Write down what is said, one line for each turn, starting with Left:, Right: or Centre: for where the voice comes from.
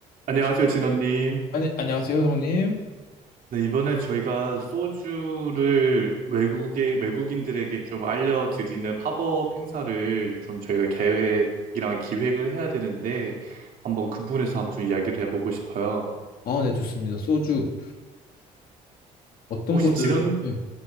Right: 안녕하세요, 진원님.
Left: 아니, 안녕하세요, 성님.
Right: 네, 이번에 저희가 소주를 외국에, 외국인들에게 좀 알려드리는 팝업 행사를 좀 저희가 계획이랑 기획을 해야 되는데, 한번 그 부분에서 한번 좀 이야기를 해보고 싶어요.
Left: 아, 네, 좋습니다. 소주. 어떤
Right: 혹시
Left: 거를,
Right: 진원,
Left: 네.